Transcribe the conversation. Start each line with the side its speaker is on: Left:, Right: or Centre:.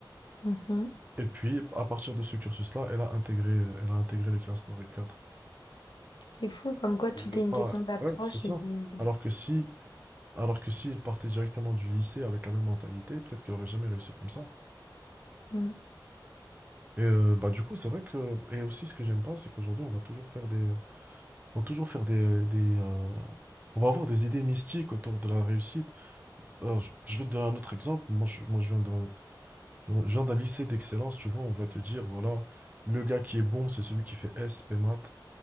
Left: Mhm.
Right: Et puis, à partir de ce cursus-là, elle a intégré, elle a intégré les classes dans le 4.
Left: C'est fou, comme quoi tout
Right: J'aurais Ouais,
Left: est une
Right: pas-
Left: question d'approche
Right: ouais, c'est ça.
Left: et de...
Right: Alors que si, alors que si elle partait directement du lycée avec la même mentalité, peut-être qu'elle aurait jamais réussi comme ça.
Left: Mm,
Right: Et euh, bah du coup, c'est vrai que et aussi ce que j'aime pas, c'est qu'aujourd'hui on va toujours faire des, on va toujours faire des, des euh, on va avoir des idées mystiques autour de la réussite. Alors, je, je vais te donner un autre exemple. Moi, je, moi, je viens d'un, Genre, Je viens d'un lycée d'excellence, tu vois, on va te dire, voilà, le gars qui est bon, c'est celui qui fait S, P maths,